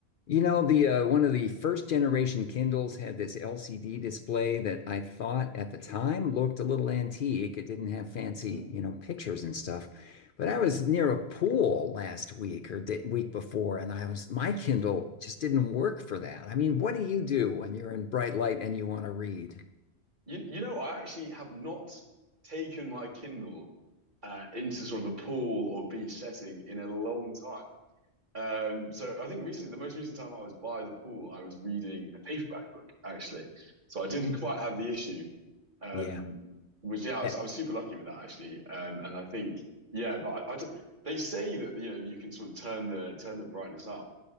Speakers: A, on the left; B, on the right.
A: You know, the uh, one of the first generation Kindles had this LCD display that I thought at the time looked a little antique. It didn't have fancy,
B: Mm.
A: you know, pictures and stuff. But I was near a pool last week or the week before, and I was my Kindle just didn't work for that. I mean, what do you do when you're in bright light and you want to read?
B: You you know, I actually have not taken my Kindle uh, into sort of a pool or beach setting in a long time. Um, so I think recently, the most recent time I was by the pool, I was reading a paperback book actually. So I didn't <laughs> quite have the issue. Um,
A: Yeah.
B: was yeah, I
A: Eh,
B: was I was super lucky with that actually. Um, and I think yeah, but I, I d- they say that you know you can sort of turn the turn the brightness up.